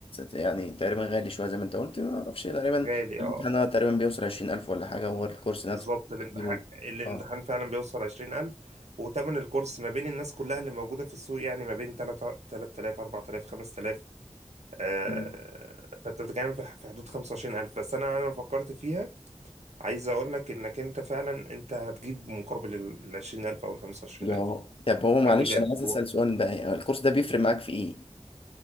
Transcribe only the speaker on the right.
غالي
اه
بالظبط
الامتحان
الامتحان
فعلا بيوصل 20000 وتمن الكورس ما بين الناس كلها اللي موجودة في السوق يعني ما بين 3 3000 4000 5000 آه،
فانت بتتكلم في في حدود 25000 بس انا انا لما فكرت فيها عايز اقول لك انك انت فعلا انت هتجيب مقابل ال 20000 او ال 25000
دي
بجد
و-